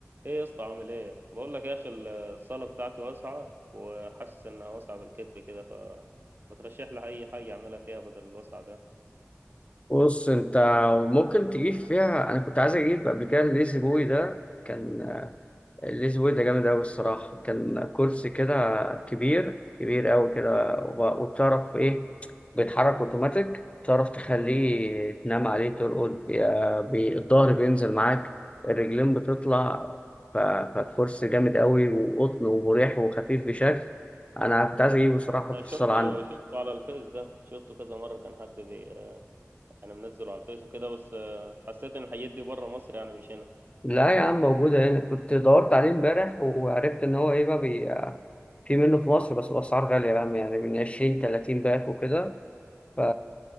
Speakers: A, on the right; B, on the left.
A: ايه يا اسطى عامل ايه بقول لك يا اخي الصاله بتاعتي واسعه وحاسس انها واسعه بالكذب كده ف ما ترشح لي اي حاجه اعملها فيها بدل الوسع ده
B: بص انت ممكن تجيب فيها انا كنت عايز اجيب قبل كده الليزي بوي ده كان الليزي بوي ده جامد قوي الصراحه كان كرسي كده كبير كبير قوي كده وب- وبتعرف ايه بيتحرك اوتوماتيك تعرف تخليه تنام عليه ترقد يا- بي- الظهر بينزل معاك الرجلين بتطلع ف- فالكرسي جامد قوي وقطن ومريح وخفيف بشكل انا كنت عايز اجيبه الصراحه احطه
A: انا
B: في
A: شفته
B: الصاله عندي
A: شفته على الفيس ده شفته كذا مره كان حد بي يعني منزله على الفيس وكده بس آه، حسيت ان الحاجات دي بره مصر يعني مش هنا
B: لا يا عم موجودة هنا كنت دورت عليه امبارح وعرفت إن هو إيه بقى بي... في منه في مصر بس الأسعار غالية بقى يعني من 20 30 باك وكده ف